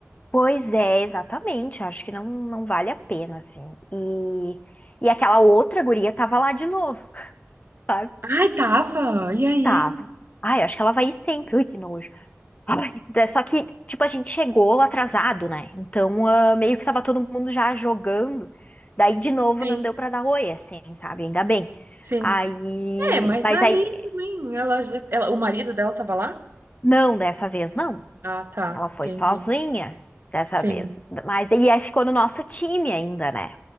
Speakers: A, on the left (about 30°); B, on the right (about 55°).
A: Pois é, exatamente. Acho que não, não vale a pena, assim. E, e aquela outra guria tava lá de novo, <laughs> sabe?
B: Ai, tava! E aí?
A: Tava. Ai, acho que ela vai ir sempre. Ui, que nojo. Ai, da- só que, tipo, a gente chegou atrasado, né? Então, ah, meio que tava todo mundo já jogando. Daí, de novo,
B: Sim,
A: não deu pra dar oi, assim, sabe? Ainda bem.
B: sim.
A: Aí,
B: É, mas
A: mas
B: aí
A: aí,
B: também ela já. Ela, o marido dela tava lá?
A: não, dessa vez não.
B: Ah, tá.
A: Ela foi
B: Entendi.
A: sozinha dessa
B: Sim.
A: vez. Mas, e aí ficou no nosso time ainda, né?